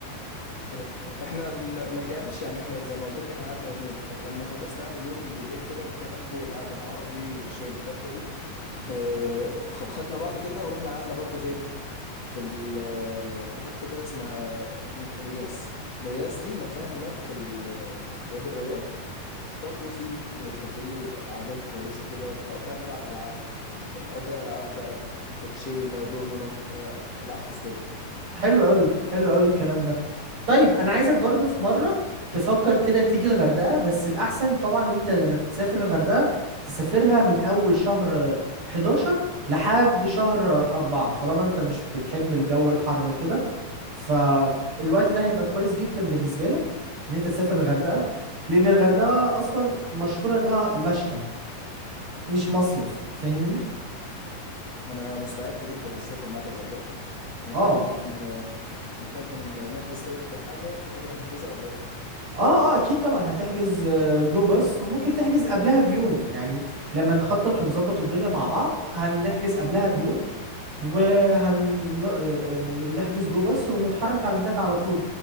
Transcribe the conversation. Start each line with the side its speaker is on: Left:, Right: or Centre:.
Left: اه، احنا ما ما رجعناش يعني احنا زي ما قلت لك احنا قعدنا يومين فلما خلصنا يعني اليوم بالليل كده الكامب والقعدة العربي والشاي البدوي اه، خ- خدنا بعض كده ورحنا قعدنا برضو فين في ال- في حتة كده اسمها نورياس نورياس دي مكان هناك في ال- في وادي الريان برضو في زي كافيه قعدات كويسة كده بنقعد بقى نلعب ألعاب يعني بنقعد نقضيها ألعاب بقى كوتشينة دومينو بتاع ألعاب تسلية
Right: حلو قوي حلو قوي الكلام ده طيب انا عايزك برضو في مره تفكر كده تيجي الغردقه بس الاحسن طبعا ان انت لما تسافر الغردقه تسافرها من اول شهر 11 لحد شهر 4 طالما انت مش بتحب الجو الحر وكده فالوقت ده هيبقى كويس جدا بالنسبه لك ان انت تسافر الغردقه لان الغردقه اصلا مشهوره انها مشتى مش مصيف فاهمني
Left: أنا مستعد جدا أسافر معاك الغردقة نتكلم
Right: اه
Left: نتكلم نحجز طيب حاجة في حاجة هنحجزها ولا إيه؟
Right: اه اه اكيد طبعا هتحجز آه، جو باص وممكن تحجز قبلها بيوم يعني لما نخطط ونظبط الدنيا مع بعض هنحجز قبلها بيوم وهنحجز جو باص ونتحرك على هناك على طول